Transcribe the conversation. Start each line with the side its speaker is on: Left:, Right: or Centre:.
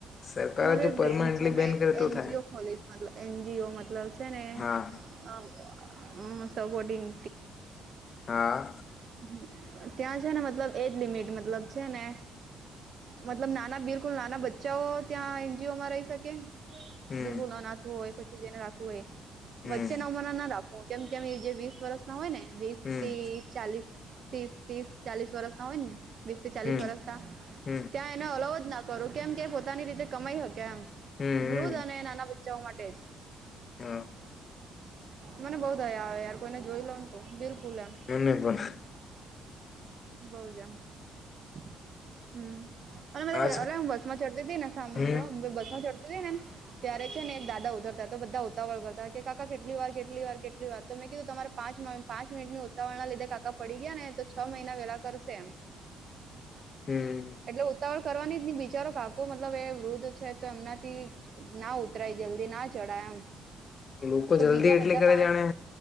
Left: સરકાર
Right: મારું
Left: જો
Right: એક ડ્રીમ
Left: પરમાનન્ટલી
Right: છે મેં
Left: બેન
Right: એક
Left: કરે તો
Right: એનજીઓ
Left: થાય
Right: ખોલીશ એનજીઓ મતલબ છેને
Left: હા
Right: હા હમ સગોડી એમ
Left: હા.
Right: હમ્મ ત્યાં છે ને મતલબ એજ લિમિટ મતલબ છે ને મતલબ નાના બિલકુલ નાના બચ્ચે ચ ત્યાં એનજીઓમાં રઈ સકે
Left: હમ
Right: બિલકુલ અનાથો હોય પછી જેને રાખવું હોય એ.
Left: હમ
Right: વચ્ચે નમ ના ના રાખવું કેમ કે જે વીસ વર્ષ ના હોય ને વીસ
Left: હમ
Right: થી ચાલીસ તીસ તીસ ચાલીસ વરસ ના હોય ને વીસ થી ચાલીસ
Left: હમ
Right: વરસ ના
Left: હમ
Right: ત્યાં ને અલવ જ ના કરું કેમ કે પોતાની રીતે કમાઈ હકે એમ,
Left: હમ
Right: વુદ્ધ
Left: હમ
Right: અને નાના બ ચ ઓ માટે જ
Left: હા
Right: મને બઉ દયા આવે યાર કોઈને જોઈ લોન તો બિલકુલ એમ
Left: મને પણ
Right: બઉ જ એમ હમ અને બધા
Left: આજ
Right: અ અલા બસ માં ચડતી તી ને સાંભળો
Left: હમ
Right: બસ માં ચડતી તી ને ત્યારે છે ને દાદા ઉતરતા તો બધા ઉતાવળ કરતા કે કાકા કેટલી વાર, કેટલી વાર, કેટલી વાર તો મેં કીધું તમારે પાંચ- પાંચ મિનટ ઉતાવરના લીધે કાકા પડી ગીયા ને તો છ મહિના વેલા કરશે એમ.
Left: હમ
Right: એટલે ઉતાવળ કરવાની જ બિચારો કાકો મતલબ એ વૃદ્ધ છે તો એમનાથી ના ઉતરાય જલ્દી, ના ચઢાય એમ.
Left: લોકો
Right: તો
Left: જલ્દી
Right: બીજા
Left: એટલી
Right: બધા
Left: કરે
Right: પાંચ
Left: જેણે